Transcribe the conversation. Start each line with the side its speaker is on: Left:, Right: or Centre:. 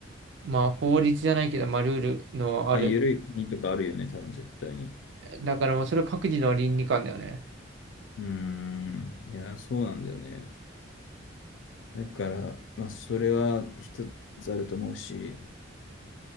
Right: まあ法律じゃないけど、まあルールのある。
Left: まあ、緩い国とかあるよね、多分絶対に。
Right: だからもうそれは各自の倫理観だよね。
Left: うーん。いや、そうなんだよね。だから、まあ、それは一つあると思うし、